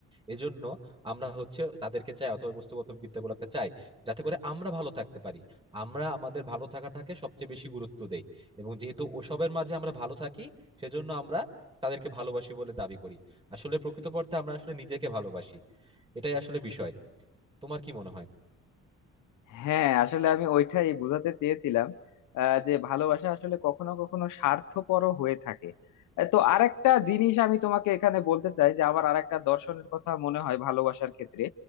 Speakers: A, on the right; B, on the left.
A: এজন্য আমরা হচ্ছে তাদেরকে চাই অথবা ওই বস্তুগত বিদ্যাগুলোকে চাই যাতে করে আমরা ভালো থাকতে পারি আমরা আমাদের ভালো থাকাটাকে সবচেয়ে বেশি গুরুত্ব দেই এবং যেহেতু ওসবের মাঝে আমরা ভালো থাকি সেজন্য আমরা তাদেরকে ভালোবাসি বলে দাবি করি আসলে প্রকৃতপক্ষে আমরা আসলে নিজেকে ভালোবাসি এটাই আসলে বিষয় তোমার কি মনে হয়
B: হ্যাঁ আসলে আমি ওইটাই বোঝাতে চেয়েছিলাম আহ, যে ভালোবাসা আসলে কখনো কখনো স্বার্থপরও হয়ে থাকে আহ, তো আরেকটা জিনিস আমি তোমাকে এখানে বলতে চাই যে আমার আরেকটা দর্শনের কথা মনে হয় ভালোবাসার ক্ষেত্রে